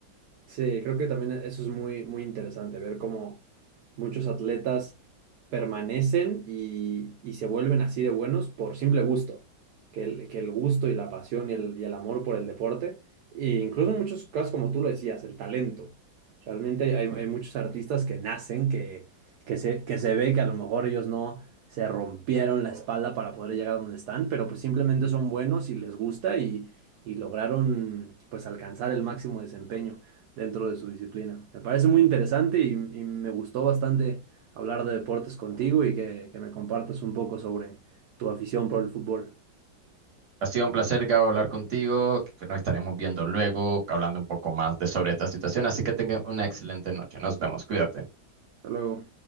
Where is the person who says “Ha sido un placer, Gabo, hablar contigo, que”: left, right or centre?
Right